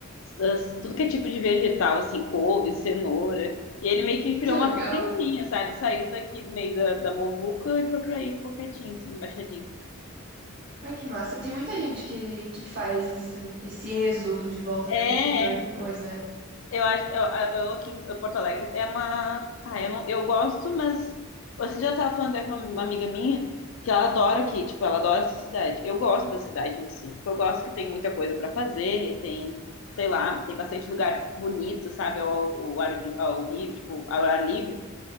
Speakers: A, on the left; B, on the right.
A: as- tudo que é tipo de vegetal, assim, couve, cenoura. E ele meio que criou
B: que legal.
A: uma fazendinha, sabe? Saiu daqui do meio da, da muvuca e foi pra aí, ficou quietinho, assim, embaixadinho.
B: Ai, que massa. Tem muita gente que, que faz esse, esse êxodo de volta
A: É,
B: pro
A: é.
B: interior depois, né?
A: eu acho, eu, eu aqui em Porto Alegre é uma, ah, eu não, eu gosto, mas você já estava falando até com uma, uma amiga minha que ela adora aqui, tipo, ela adora essa cidade. Eu gosto da cidade em si, tipo, eu gosto que tem muita coisa para fazer, tem, sei lá, tem bastante lugar bonito, sabe, ao, ao ar, vi- ao, vi- tipo, ao ar livre.